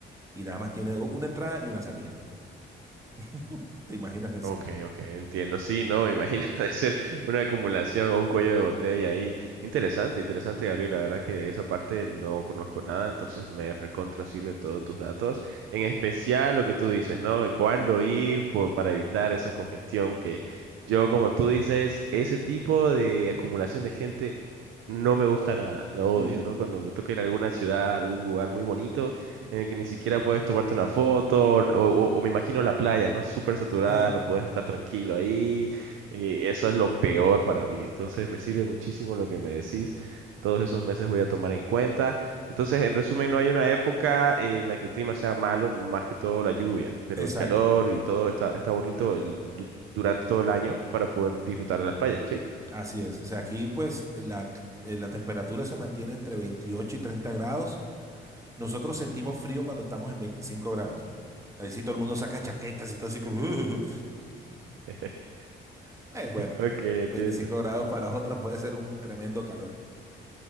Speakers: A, on the right; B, on the right.
A: y nada más tiene do- una entrada y una salida. <laughs> ¿Te imaginas eso?
B: Ok, ok, entiendo. Sí, no, me imagino <laughs> de ser una acumulación o un cuello de botella ahí. Interesante, interesante, Gabriel. La verdad que de esa parte no conozco nada, entonces me recontra sirven todos tus datos. En especial lo que tú dices, ¿no? De cuándo ir por, para evitar esa congestión que yo, como tú dices, ese tipo de acumulación de gente no me gusta nada, lo odio,
A: Mm.
B: ¿no? Cuando me toca ir a alguna ciudad, a algún lugar muy bonito en el que ni siquiera puedes tomarte una foto, o, o- o me imagino la playa, ¿no? Súper saturada,
A: Ah,
B: no puedes estar tranquilo ahí, y eso es lo peor para mí. Entonces me sirve muchísimo lo que me decís, todos esos meses voy a tomar en cuenta. Entonces, en resumen, no hay una época en la que el clima sea malo, más que todo la lluvia, pero
A: exacto.
B: el calor y todo está, está bonito el- du- durante todo el año para poder disfrutar de las playas, ¿sí?
A: Así es. O sea, aquí pues la, eh, la temperatura se mantiene entre 28 y 30 grados. Nosotros sentimos frío cuando estamos en 25 grados. Ahí sí todo el mundo saca chaquetas y todo así como... "Uh".
B: <laughs>
A: Pues bueno,
B: Ok, entiendo.
A: Veinticinco grados para otras puede ser un tremendo calor.